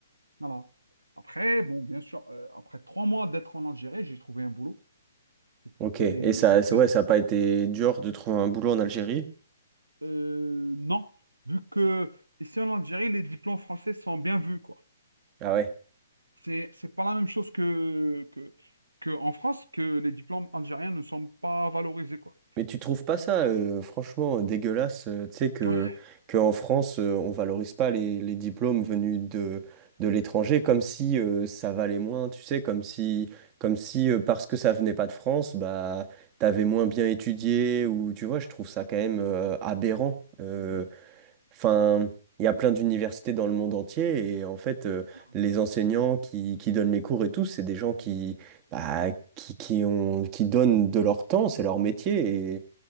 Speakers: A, on the right; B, on the right.
A: voilà. Après, bon, bien sûr, euh, après trois mois d'être en Algérie, j'ai trouvé un boulot. C'était
B: ok. Et ça,
A: un
B: ça-
A: peu...
B: ouais, ça n'a pas été dur de trouver un boulot en Algérie.
A: Euh, non, vu que ici en Algérie, les diplômes français sont bien vus, quoi.
B: Ah ouais.
A: C'est, c'est pas la même chose que, que, que en France, que les diplômes algériens ne sont pas valorisés, quoi.
B: Mais tu trouves pas ça, euh, franchement, dégueulasse, euh, tu sais, que,
A: Ouais.
B: que en France, euh, on valorise pas les, les diplômes venus de, de l'étranger comme si euh, ça valait moins, tu sais, comme si, comme si euh, parce
A: Mm,
B: que ça venait pas de France, bah, t'avais moins bien étudié, ou tu vois, je trouve ça quand même euh, aberrant.
A: mm,
B: euh,
A: Oui.
B: Enfin, il y a plein d'universités dans le monde entier et en fait, euh,
A: Alors,
B: les enseignants qui, qui donnent les cours et tout, c'est des gens qui, bah, qui, qui ont, qui donnent de leur temps, c'est leur métier et